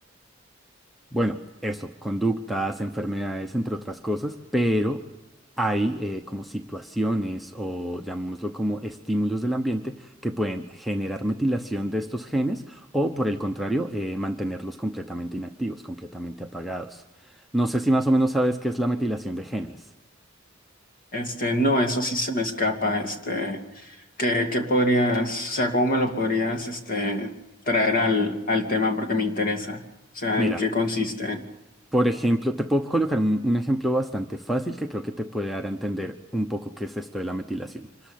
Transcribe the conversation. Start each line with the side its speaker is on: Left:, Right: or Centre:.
Centre: bueno, eso, conductas, enfermedades, entre otras cosas, pero hay eh, como situaciones o llamémoslo como estímulos del ambiente que pueden generar metilación de estos genes o por el contrario, eh, mantenerlos completamente inactivos, completamente apagados. No sé si más o menos sabes qué es la metilación de genes.
Left: Este, no, eso sí se me escapa. Este, ¿qué, qué podrías, o sea, cómo me lo podrías, este, traer al, al tema porque me interesa? O sea,
Centre: Mira,
Left: ¿en qué consiste?
Centre: por ejemplo, te puedo colocar un un ejemplo bastante fácil que creo que te puede dar a entender un poco qué es esto de la metilación.